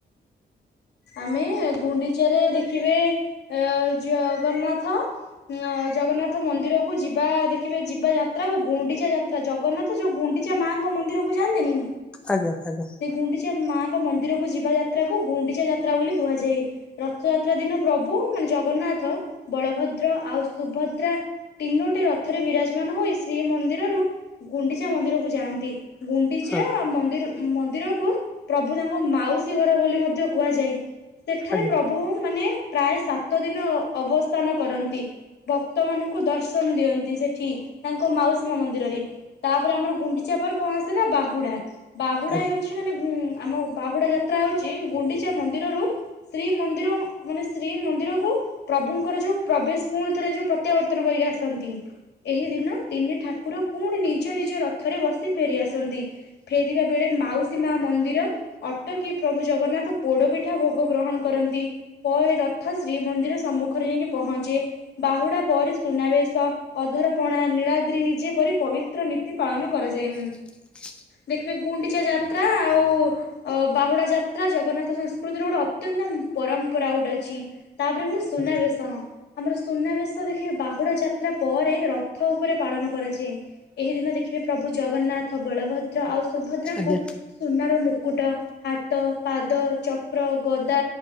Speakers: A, on the left (about 70°); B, in the centre.
A: ଆମେ ଗୁଣ୍ଡିଚାରେ ଦେଖିବେ ଅ, ଜଗନ୍ନାଥ ହଁ ଜଗନ୍ନାଥ ମନ୍ଦିର କୁ ଯିବା ଦେଖିବେ ଯିବା ଯାତ୍ରା କୁ ଗୁଣ୍ଡିଚା ଯାତ୍ରା ଜଗନ୍ନାଥ ଯୋଉ ଗୁଣ୍ଡି ଚା ମାଙ୍କ ମନ୍ଦିରକୁ ଯାଆନ୍ତେନି।
B: ଆଜ୍ଞା, ଆଜ୍ଞା।
A: ଗୁଣ୍ଡିଚା ମାଆଙ୍କ ମନ୍ଦିରକୁ ଯିବା ଯାତ୍ରା କୁ ଗୁଣ୍ଡିଚା ଯାତ୍ରା ବୋଲି କୁହାଯାଏ। ରଥଯାତ୍ରା ଦିନ ପ୍ରଭୁ ମାନେ ଜଗନ୍ନାଥ ବଳଭଦ୍ର ଆଉ ସୁଭଦ୍ରା ତିନୋଟି ରଥରେ ବିରାଜମାନ ହୋଇ ଶ୍ରୀମନ୍ଦିରରୁ ଗୁଣ୍ଡିଚା ମନ୍ଦିରକୁ ଯାଆନ୍ତି। ଗୁଣ୍ଡିଚା
B: ହଁ
A: ମନ୍ଦିର ମନ୍ଦିରକୁ ପ୍ରଭୁ ତାଙ୍କ ମାଉସୀ ଘର ବୋଲି ମଧ୍ୟ କୁହାଯାଏ। ସେଠାରେ
B: ଆଜ୍ଞା।
A: ପ୍ରଭୁ ମାନେ ପ୍ରାୟ ସାତ ଦିନ ଅବସ୍ଥାନ କରନ୍ତି। ଭକ୍ତ ମାନଙ୍କୁ ଦର୍ଶନ ଦିଅନ୍ତି ସେଠି ତାଙ୍କ ମାଉସୀ ମା ମନ୍ଦିରରେ। ତାପରେ ଆମର ଗୁଣ୍ଡିଚା ପରେ କଣ ଆସେ ନା ବାହୁଡା। ବାହୁଡା
B: ଆଜ୍ଞା
A: ହେଉଛି ମାନେ ଗୁଁ, ଆମ ବାହୁଡା ଯାତ୍ରା ହଉଛି ଗୁଣ୍ଡିଚା ମନ୍ ଦିରରୁ ଶ୍ରୀମନ୍ଦିର ମାନେ ଶ୍ରୀମନ୍ଦିରକୁ ପ୍ରଭୁଙ୍କର ଯୋଉ ପ୍ରବେଶ ପୁଣି ଥରେ ଯୋଉ ପ୍ରତ୍ୟାବର୍ତ୍ତନ କରିକି ଆସନ୍ତି। ଏହି ଦିନ ତିନି ଠାକୁର ପୁଣି ନିଜ ନିଜ ରଥରେ ବସି ଫେରିଆସନ୍ତି। ଫେରିବା ବେଳେ ମାଉସୀ ମା ମନ୍ଦିର ଅଟକି ପ୍ରଭୁ ଜଗନ୍ନାଥ ପୋଡପି ଠା ଭୋଗ ଗ୍ରହଣ କରନ୍ତି। ପରେ ରଥ ଶ୍ରୀ ମନ୍ଦିର ସମ୍ମୁଖରେ ଯାଇକି ପହଞ୍ଚେ। ବାହୁଡା ପରି ସୁନାବେଶ ଅଧରପଣା ନୀଳାଦ୍ରି ବିଜେପରି ପବି ନୀତି ପାଳନ କରାଯାଇ
B: ହ <inaudible>
A: ଦେଖିବେ ଗୁଣ୍ଡିଚା ଯାତ୍ରା ଆଉ ବାହୁଡା ଯାତ୍ରା ଜଗନ୍ନାଥ ସଂସ୍ ସଂସ୍କୃତିର ଗୋଟେ ଅତ୍ୟନ୍ତ ପରମ୍ପରା ଗୋଟେ ଅଛି। ତାପରେ ହୁଏ ସୁନାବେଶ
B: ଆଜ୍ଞା ଆଜ୍ଞା ଆଜ୍ଞା ଆଜ୍ଞା ହଁ
A: ଆମର ସୁନାବେଶଦେ ଦେଖେ ବାହୁଡା ଯାତ୍ରା ପରେ ରଥ ଉପରେ ପାଳନ କରାଯାଏ ଏହି ଦିନ ଦେଖିବେ ପ୍ରଭୁ ଜଗନ୍ନାଥ ରଥ ବଳଭଦ୍ର ଆଉ ସୁଭଦ୍ରାଙ୍କୁ
B: ଆଜ୍ଞା
A: ସୁନାର ମୁକୁଟ ହାତ ପାଦ ଚ ଚକ୍ର ଗଦା